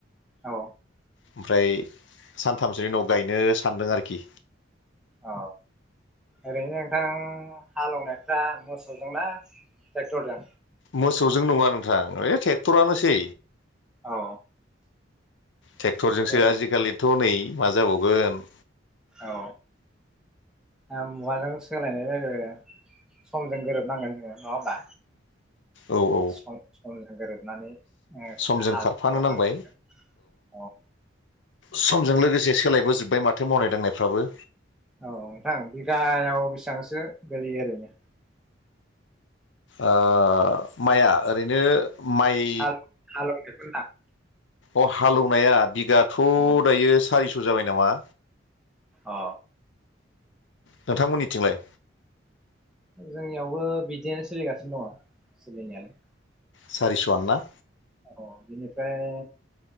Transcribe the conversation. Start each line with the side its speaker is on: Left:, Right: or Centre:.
Centre: औ
Left: ओमफ्राय सानथामसो उनाव गायनो सानदों आरोखि खि
Centre: औ ओरैनो नोंथां हालेवनायफ्रा मोसौजोंना ट्रेक्टरजों?
Left: मोसौजों नंङा नोंथां ओइ ट्रेक्टरानोसै
Centre: औ
Left: ट्रेक्टरजोंसो
Centre: ओरै
Left: आजिखालि हनै मा जाबावगोन
Centre: औ। मुगाजों सोलायनाय जायो समजों गोरोबनांगोन जोंङो नङा होमबा?
Left: औ औ
Centre: सम समजों गोरोबनानै <unintelligible>
Left: समजों खारफानो नांबाय
Centre: औ।
Left: समजों लोगोसे सोलायबोजोबबाय माथो मावनाय दांनायफ्राबो
Centre: औ नोंथां बिगायाव बेसेबांसो बोरै ओरैनो?
Left: ओ माइआ ओरैनो माइ
Centre: हाल हालौनायखौ
Left: अ हालेवनाया बिगाथ'
Centre: होनदां
Left: दायो सारिस' जाबाय नामा
Centre: अ
Left: नोंथांमोननिथिंलाय?
Centre: जोंनियावबो बिदिनो सोलिगासिनो दङ सोलिनायालाय
Left: सारिस'आनो ना?
Centre: औ बिनिफ्राय